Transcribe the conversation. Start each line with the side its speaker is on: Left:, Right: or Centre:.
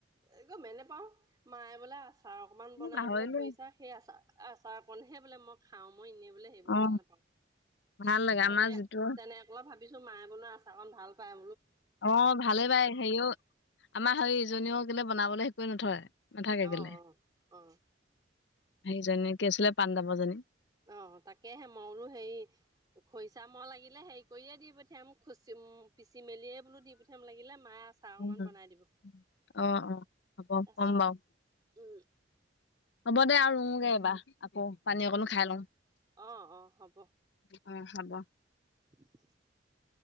Right: এক মেনে পাও মায়ে বোলে আচাৰ অকমান বনাই
Left: এ পাহৰিলো
Right: বোলে খৰিছা সেই আচাৰ চাহ পণহেই <unintelligible> <unintelligible> বোলে মই খাওঁ মই এনে বোলে সেইবোৰ
Left: অ
Right: ভাল নাপাওঁ
Left: ভাল লাগে আমাৰ
Right: তেনে
Left: যিটো
Right: তেনে অকলপ <unintelligible> ভাবিছো মাই বনোৱা আচাৰকন ভাল পায়
Left: অ ভালেই পাই হেৰিও আমাৰ হৈ ইজনীও কেলে বনাবলৈ হেই কৰি নথয়। নাথাকে
Right: অ
Left: কেলে
Right: অ অ।
Left: সেইজনী কি আছিলে পাণ্ডৱৰ জনী।
Right: অ', তাকেহে মই বোলো হেৰি খৰিচা মই লাগিলে হেৰি কৰিয়ে দি পঠিয়াম খুচিম উম পিচি মেলিয়ে বোলো দি পঠি য়াম লাগিলে মায়ে আচাৰ
Left: উম
Right: অকমান বনাই দিব।
Left: অ অ হ'ব
Right: আচাৰ
Left: কম বাৰু
Right: উম
Left: হ'ব দে আৰু ৰুওঁগে এবাৰ আকৌ পানী অকণো খাই লওঁ।
Right: অ অ, হ'ব।
Left: উম হব।
Right: <inaudible>